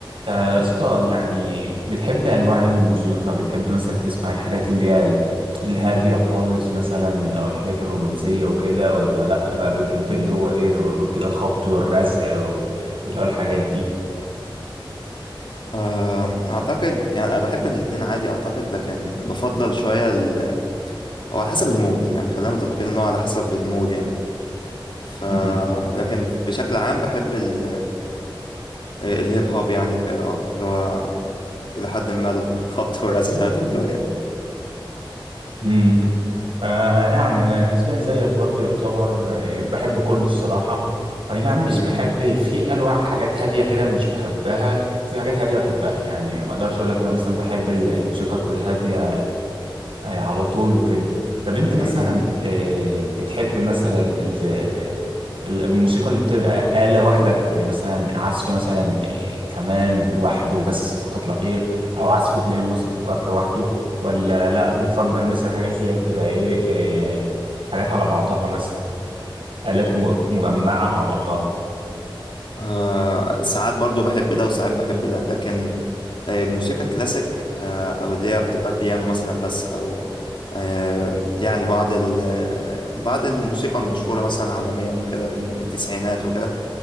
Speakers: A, on the right; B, on the left.
A: آه، يا اسطى يعني بتحب انواع ايه من الموسيقى بتحب مثلا تسمع الحاجات اللي هي ال- الهاديه خالص مثلا او الحاجات الرومانسيه وكده ولا لا بقى بتحب اللي هو ايه زي ما بنقول كده الخبط والرزع و- واللي هو الحاجات دي
B: أم، اعتقد يعني انا بحب الاتنين عادي اعتقد لكن بفضل شويه ال... او على حسب المود يعني خلينا متفقين ان هو على حسب المود يعني ف
A: مم.
B: لكن بشكل عام بحب ال... آه، الهيب هوب يعني وكده اه اللي هو الى حد ما الخبط <laughs> والرزع زي ما انت بتقول يعني
A: مم. آه يعني انا نسبيا زيك برضو يعتبر آه، بحب كله الصراحه اي نعم مش
B: م-
A: بحب في انواع حاجات هاديه كده مش بحبها في حاجات هاديه بحبها يعني ما اقدرش اقول لك انا مثلا بحب الموسيقى الهاديه آه، على طول وكده طب انت
B: م-
A: مثلا
B: م.
A: آه، بتحب مثلا ال- ال- الموسيقى اللي بتبقى آلة واحدة يعني مثلا عزف مثلا آه، كمان وحده بس فقط لا غير او عزف بيانو مثلا فقط لوحده ولا لا بتفضل مثلا الحاجات اللي هي بتبقى ايه آه، حاجات على بعضها مثلا آلات م- مجمعة مع بعضها
B: أه، ساعات برضو بحب ده وساعات بحب ده لكن آه، الموسيقى الكلاسيك آه، او اللي هي بتبقى بيانو مثلا بس او آه، يعني بعض ال- بعض الموسيقى المشهورة مثلا عالميا وكده من من التسعينات وكده